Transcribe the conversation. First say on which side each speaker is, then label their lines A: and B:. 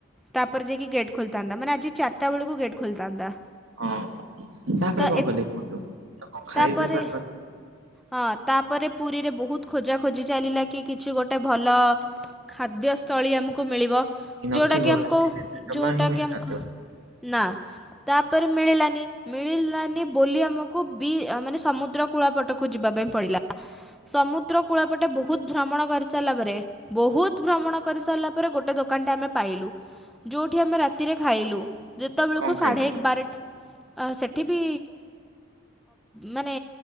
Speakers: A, in the centre; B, on the right (about 65°).
A: ତାପରେ ଯାଇକି ଗେଟ୍ ଖୋଲିଥାନ୍ତା। ମାନେ ଆଜି ଚାରିଟା ବେଳକୁ ଗେଟ୍ ଖୋଲିଥାନ୍ତା
B: ହଁ ତାପରେ
A: ତ
B: କଣ
A: ଏ
B: କଲେ କୁହନ୍ତୁ କଣ ଖାଇ
A: ତାପରେ
B: ପି ପାରୁନ
A: ହଁ ତାପରେ ପୁରୀ ରେ ବହୁତ ଖୋଜାଖୋଜି ଚାଲିଲା କି କିଛି ଗୋଟେ ଭଲ ଖାଦ୍ୟସ୍ଥଳୀ ଆମ ମିଳିବ
B: ନଥିବ
A: ଯୋଉଁଟା କି ଆମକୁ
B: ଜମା
A: ଯୋଉଁଟା
B: ହିଁ ମିଳିନଥିବ
A: କି ଆମକୁ ନା ତାପରେ ମିଳିଲାନି ମିଳିଲାନି ବୋଲି ଆମକୁ ବି ମାନେ ସମୁଦ୍ର କୁଳପଟକୁ ଯିବା ପାଇଁ ପଡିଲା। ସମୁଦ୍ର କୂଳ ପଟେ ବହୁତ ଭ୍ରମଣ କରିସାରିଲା ପରେ ବହୁତ ଭ୍ରମଣ କରି ସାରିଲା ପରେ ଗୋଟେ ଦୋକାନ ଟା ଆମେ ପାଇଲୁ। ଯେଉଁଠି ଆମେ ରାତିରେ ଖାଇଲୁ ଯେତେବେଳକୁ
B: କଣ
A: ସାଢ଼େ
B: ଖାଇଲେ?
A: ଏକ ବାରଟ ଆ ସେଠି ବି ମାନେ